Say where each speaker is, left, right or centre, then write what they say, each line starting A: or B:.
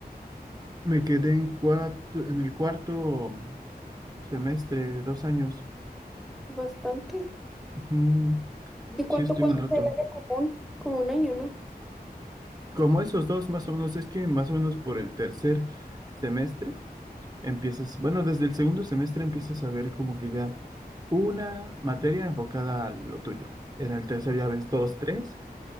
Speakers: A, on the right (about 25°); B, in the centre.
A: Me quedé en cuatro, en el cuarto semestre, dos años.
B: Es bastante.
A: Ujú,
B: ¿De cuánto,
A: Sí, estuve
B: cuánto
A: un rato.
B: fue el área común? Como un año, ¿no?
A: Como esos dos, más o menos, es que más o menos por el tercer semestre empiezas, bueno, desde el segundo semestre empiezas a ver como que ya una materia enfocada a lo tuyo. En el tercer ya ves dos, tres,